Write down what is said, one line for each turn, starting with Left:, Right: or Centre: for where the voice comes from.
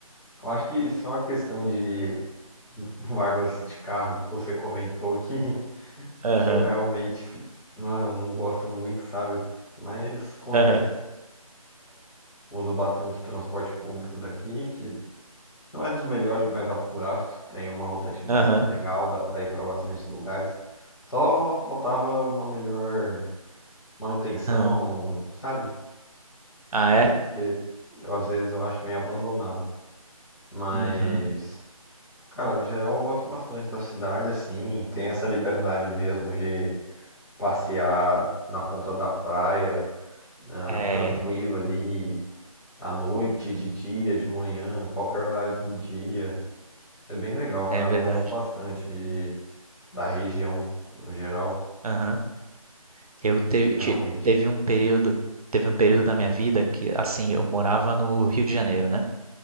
Left: Eu acho que só a questão de <laughs> vagas de carro que você comentou que, <laughs>
Right: Aham.
Left: que eu realmente não, não gosto muito, sabe? Mas acontece.
Right: Aham.
Left: Uso bastante transporte público daqui, que não é dos melhores, mas dá para um gasto. Tem uma rotatividade
Right: Aham.
Left: legal, dá para ir para bastantes lugares. Só faltava uma melhor manutenção,
Right: aham.
Left: sabe?
Right: Ah, é?
Left: Porque eu, às vezes eu acho meio abandonado. Mas,
Right: Uhum.
Left: cara, no geral eu gosto bastante da cidade, assim. Tem essa liberdade mesmo de passear na ponta da praia, ah,
Right: É,
Left: tranquilo ali, à noite, de dia, de manhã, qualquer horário do dia. É bem legal, cara.
Right: é verdade.
Left: Eu gosto bastante de, da região no geral,
Right: Aham. Eu teve,
Left: realmente.
Right: te- teve um período, teve um período da minha vida que, assim, eu morava no Rio de Janeiro, né?